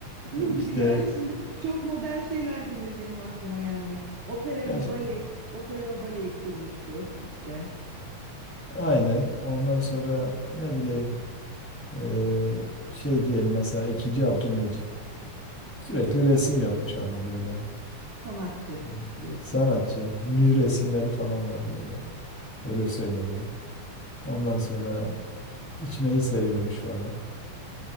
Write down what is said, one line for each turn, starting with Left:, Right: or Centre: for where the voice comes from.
Right: Ne
Centre: Böyle
Right: gibi
Centre: işte,
Right: yani? Şimdi çok modern şeyler gelir benim aklıma yani. Opera
Centre: ya
Right: ve
Centre: işte
Right: bale, opera ve baleyi kurmuştur işte.
Centre: aynen ondan sonra ne bileyim Ee, şey diyelim mesela ikinci Abdülmecit sürekli resim yapmış adam böyle
Right: Sanatçı
Centre: Ee,
Right: diyorsun.
Centre: sanatçı nü resimleri falan var böyle öyle söyleniyor ondan sonra içmeyi seviyormuş falan